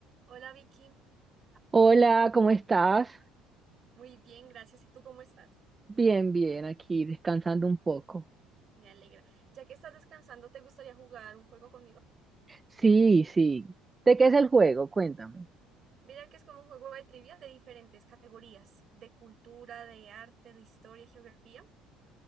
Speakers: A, on the right (about 45°); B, on the right (about 20°).
A: Hola Vicky,
B: Hola, ¿cómo estás?
A: muy bien, gracias. ¿Y tú cómo estás?
B: Bien, bien, aquí descansando un poco.
A: Me alegra. Ya que estás descansando, ¿te gustaría jugar un juego conmigo?
B: Sí, sí. ¿De qué es el juego? Cuéntame.
A: Mira que es como un juego de trivia de diferentes categorías, de cultura, de arte, de historia, geografía.